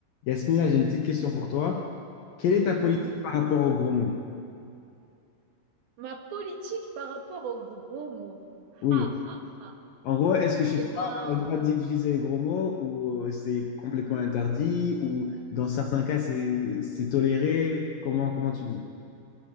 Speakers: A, on the left; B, on the right.
A: Yasmina, j'ai une petite question pour toi. Quelle est ta politique
B: Oui.
A: par rapport aux gros mots?
B: Ma politique par rapport aux gros mots.
A: Oui.
B: Ha, ha, ha.
A: En gros, est-ce que chez
B: Eh
A: toi,
B: ben,
A: on a le droit d'utiliser les gros mots ou euh, c'est complètement interdit ou dans certains cas, c'est c'est toléré? Comment, comment tu vis?